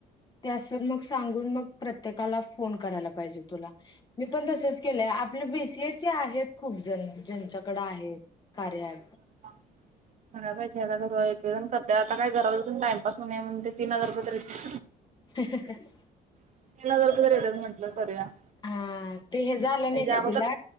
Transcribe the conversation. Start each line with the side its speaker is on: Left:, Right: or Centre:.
Left: ते मग सांगून मग प्रत्येकाला फोन करायला पाहिजे तुला मी पण तसच के आपले बीसीएचे आहेत खूप जण ज्यांच्याकडे आहेत कार्या
Right: <unintelligible> बा पाहिजे आता गर एकजण करते आता काय घरातचून टाइमपास होणे म्हण ते तीन हजार रप
Left: <unintelligible>
Right: <unintelligible>
Left: हा ते हे झालं
Right: हेच्या
Left: नाही का
Right: अगोदर
Left: तुला